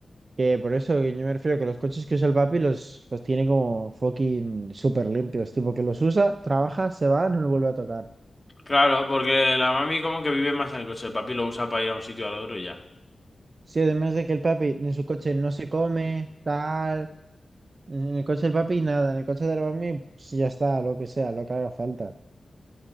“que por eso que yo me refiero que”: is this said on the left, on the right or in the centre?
Right